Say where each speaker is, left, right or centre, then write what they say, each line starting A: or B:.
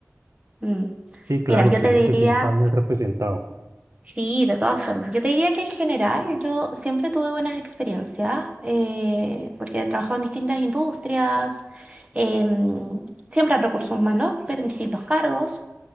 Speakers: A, on the right (about 25°); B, on the right (about 70°).
A: Mm.
B: Sí, claro,
A: Mira, yo
B: que
A: te
B: uno
A: diría...
B: se sienta bien representado.
A: Sí, de todas formas. Yo te diría que en general yo siempre tuve buenas experiencias eh, porque he trabajado en distintas industrias, em, siempre en recursos humanos, pero en distintos cargos.